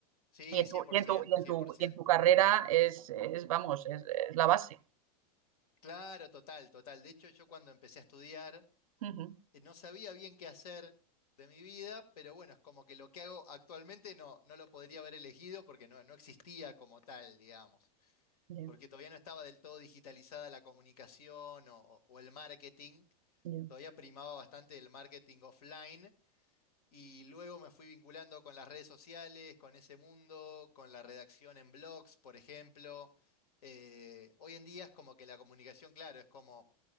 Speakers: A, on the left; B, on the right.
A: Sí,
B: Y en
A: cien cien,
B: tu,
A: por
B: y en
A: ciento,
B: tu, y en
A: cien
B: tu,
A: por 100%.
B: y en tu carrera es, es, vamos, es, es la base.
A: Claro, total, total. De hecho, yo cuando empecé a estudiar,
B: Ujú.
A: eh, no sabía bien qué hacer de mi vida, pero bueno, es como que lo que hago actualmente no, no lo podría haber elegido porque no, no existía como tal, digamos,
B: Ya,
A: porque todavía no estaba del todo digitalizada la comunicación o, o- o el marketing.
B: ya.
A: Todavía primaba bastante el marketing offline Y luego me fui vinculando con las redes sociales, con ese mundo, con la redacción en blogs, por ejemplo. Eh, hoy en día es como que la comunicación, claro, es como